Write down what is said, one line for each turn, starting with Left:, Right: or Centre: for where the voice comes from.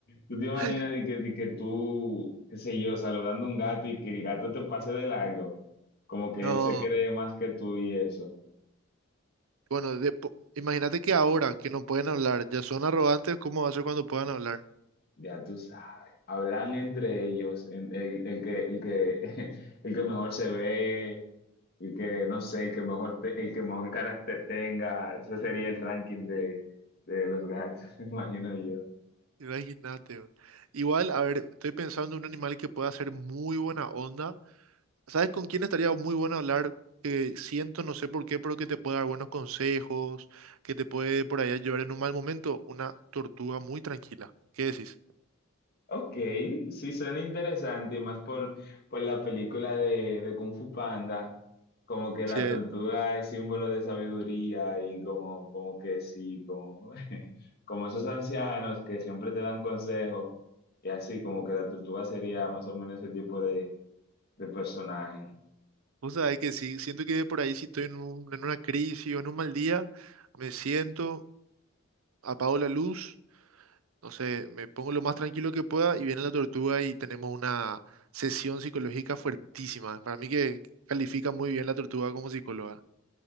Left: ¿Tú te imaginas
Right: <laughs>
Left: y que, y que tú, qué sé yo, saludando a un gato y que el gato te pase de largo? Como que
Right: No,
Left: él se cree más que tú y eso.
Right: bueno, de po- imagínate que ahora que no pueden hablar, ya son arrogantes, ¿cómo va a ser cuando puedan hablar?
Left: Ya tú sabes. Hablan entre ellos, en- el, el que, el que, <laughs> el que mejor se ve, el que, no sé, el que mejor, te- el que mejor carácter tenga. Ese sería el ranking de, de los gatos, <laughs> me imagino yo.
Right: Imagínate. bro. Igual, a ver, estoy pensando en un animal que pueda ser muy buena onda. ¿Sabes con quién estaría muy bueno hablar? Que siento, no sé por qué, pero que te puede dar buenos consejos, que te puede por ahí ayudar en un mal momento. Una tortuga muy tranquila. ¿Qué decís?
Left: Ok, sí suena interesante y más por, por la película de, de Kung Fu Panda, como que la
Right: Sí, eh.
Left: tortuga es símbolo de sabiduría y como, como que sí, como, <laughs> como esos ancianos que siempre te dan consejos y así como que la tortuga sería más o menos ese tipo de, de personaje.
Right: o sea, es que sí, siento que por ahí si estoy en un- en una crisis o en un mal día, me siento, apago la luz, no sé, me pongo lo más tranquilo que pueda y viene la tortuga y tenemos una sesión psicológica fuertísima. Para mí que califica muy bien la tortuga como psicóloga.